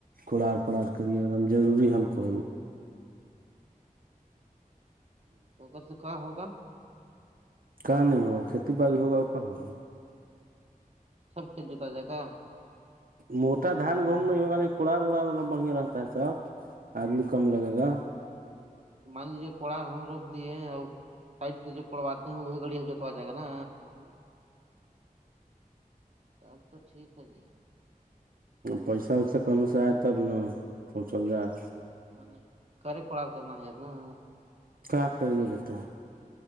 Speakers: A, on the right; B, on the right.
A: کوورار پنار کریے ایک دم ضروری ہم کہ
B: توک سے کہاں ہوگا
A: کہاں نہیں ہوگا کھیتی باڑی ہوگا اور کا ہوگا
B: سب ک جوتا جگا
A: موٹا دھان گوم نہیں ہوگا ل کوڑا وڑاب بڑھیا رہتا ہے سب آدمی کم لگے گا
B: مان لیجیے کوڑار ہم روپ دیے اور سائڈ سے جو کڑواتے ہیں وہ گڑیا جو جائے گا نا سب تو ٹھیک ہے جی
A: پیسہ ویسا کہوں سے آئے تب ن پہنچل جائے
B: م کے کوڑار کرنا ہے نا <unintelligible>
A: کیا کرے رہتا ہے